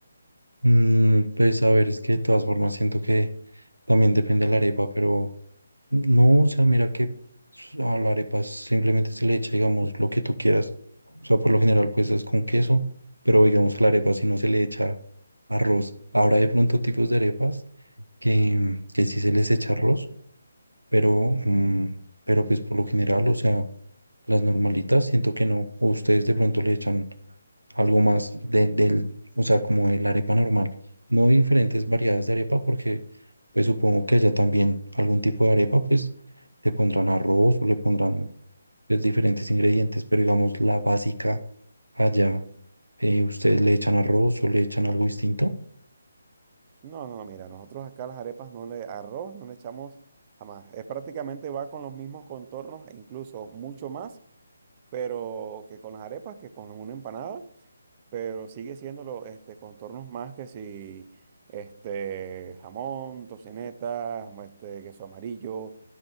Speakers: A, on the right; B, on the right.
A: Mm, pues a ver, es que de todas formas siento que también depende de la arepa, pero no, o sea, mira que a la arepa simplemente se le echa, digamos, lo que tú quieras. O sea, por lo general, pues es con queso, pero digamos a la arepa si no se le echa arroz. Ahora de pronto tipos de arepas que, que sí se les echa arroz, pero, mm, pero pues por lo general, o sea, las normalitas siento que no. O ustedes de pronto le echan. algo más del del, o sea, como de la arepa normal. No diferentes variedades de arepa, porque pues supongo que allá también algún tipo de arepa, pues le pondrán arroz o le pondrán pues, diferentes ingredientes, pero digamos la básica allá, eh, ¿ustedes le echan arroz o le echan algo distinto?
B: No, no, no, mira, nosotros acá las arepas no le, arroz no le echamos jamás. Es prácticamente va con los mismos contornos e incluso mucho más, pero que con las arepas, que con una empanada, pero sigue siendo los este, contornos más que si este, jamón, tocineta, este, queso amarillo,